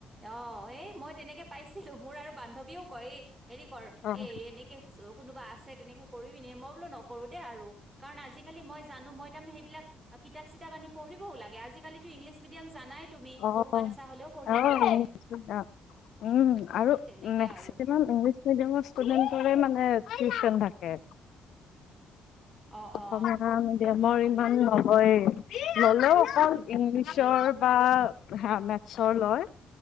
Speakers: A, on the right; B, on the left.
A: অ এ মই তেনেকে পাইছিলো, মোৰ আৰু বান্ধৱীও কৰে হেৰি কৰ
B: অ',
A: এ এনেকে কোনোবা আছে, <inaudible> কৰিবি নে? মই বোলো নকৰো দেই আৰু, কাৰণ আজি কালি মই জানো, মই তাৰমানে সেইবিলাক কিতাপ চিতাপ আনি পঢ়িবও লাগে আজিকালিতো ইংলিছ মিডিয়াম জানাই, তুমি
B: অ'
A: সৰু বাচ্ছা হলেও পঢ়িব
B: অ'
A: লাগে
B: উম আৰু
A: সেই তেনেকে
B: মেক্সিমাম
A: আৰু
B: ইংলিছ মিডিয়ামৰ ষ্টুডেণ্টৰে মানে টিউচন থাকে।
A: অ
B: অসমীয়া
A: অ
B: মিডিয়ামৰ
A: সেইটো কথা
B: ইমান নহয়ে আৰু অকল ইংলিছৰ
A: উম
B: বা হা মেথছৰ লয়,